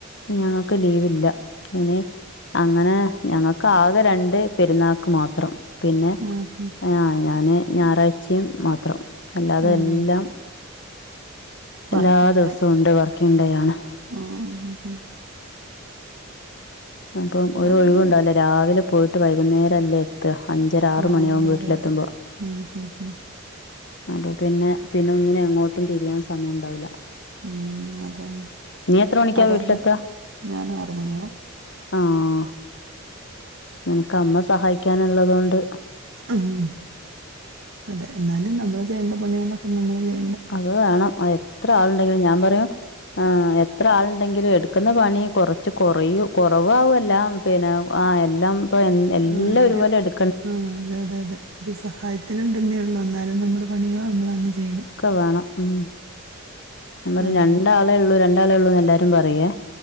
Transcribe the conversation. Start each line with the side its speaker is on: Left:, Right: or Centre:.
Left: ഞങ്ങൾക്ക് ലീവ് ഇല്ല ഇനി അങ്ങനെ ഞങ്ങൾക്ക് ആകെ രണ്ട് പെരുന്നാക്ക് മാത്രം പിന്നെ
Right: ഉം ഉം
Left: ആഹ് ഞാന് ഞായറാഴ്ചയും മാത്രം അല്ലാതെ
Right: ഉം
Left: എല്ലം
Right: വർക്കിംഗ്
Left: എല്ലാ ദിവസവും
Right: ഡേ
Left: ഉണ്ട് വർക്കിങ് ഡെയാണ്
Right: ഉം ഉം ഉം
Left: അപ്പം
Right: ഇപ്പ
Left: ഒരു
Right: അങ്ങനെയാണ്
Left: ഒഴിവുണ്ടാവൂല്ല രാവിലെ പോയിട്ട് വൈകുന്നേരം അല്ലേ എത്ത അഞ്ചര ആറ്
Right: ആ
Left: മണിയാകും
Right: അതെ
Left: വീട്ടിലെത്തുമ്പോ
Right: അതെ അതെ ഉം ഉം ഉം
Left: അപ്പ പിന്നെ പിന്നെ ഒന്നിനും എങ്ങോട്ടും തിരിയാൻ സമയം ഉണ്ടാവൂല
Right: ഉം അതന്നെ
Left: എത്ര മണിക്കാ
Right: അവിടെ
Left: വീട്ടിലെത്തുക
Right: എന്താ ഞാൻ ആറ് മണിയാവും
Left: ആഹ് നിനക്ക് അമ്മ സഹായിക്കാൻ ഉള്ളതൊണ്ട്
Right: ഉം അതെ എന്നാലും നമ്മൾ ചെയ്യേണ്ട പണികളൊക്കെ നമ്മൾ ചെ
Left: അത് വേണം അത് എത്ര ആളുണ്ടെങ്കിലും ഞാൻ പറയ ആ എത്ര ആളുണ്ടെങ്കിലും എ ന്ന്പണി കൊറച്ച് കൊറയു കൊറവാവല്ല പിന്നെ ആ എല്ലം മ്മ് എല്ല
Right: ആ, ഒരു
Left: ഒരുപോലെ എടു
Right: ആ അതെതെതെ ഒരു സഹായത്തിന് ണ്ടെന്നേ ഒള്ളൂ എന്നാലും നമ്മുടെ പണികള് നമ്മള് തന്നെ ചെയ്യണം
Left: അഹ് വേണം ഉം ഞാൻ പറി
Right: അതാണ്
Left: രണ്ടാളെ ഒള്ളൂ രണ്ടാളെ ഒള്ളൂന്ന് എല്ലാരും പറയേ